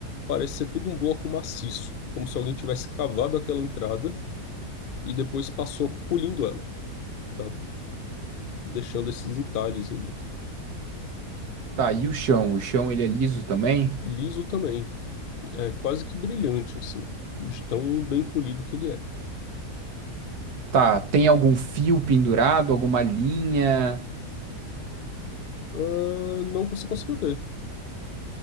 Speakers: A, on the left; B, on the right.
A: parece ser tudo um bloco maciço, como se alguém tivesse cavado aquela entrada e depois passou polindo ela, tá? Deixando esses entalhes ali.
B: Tá, e o chão? O chão ele é liso também?
A: Liso também, é quase que brilhante, assim, de tão bem polido que ele é.
B: Tá, tem algum fio pendurado, alguma linha?
A: Ah, não que você consiga ver,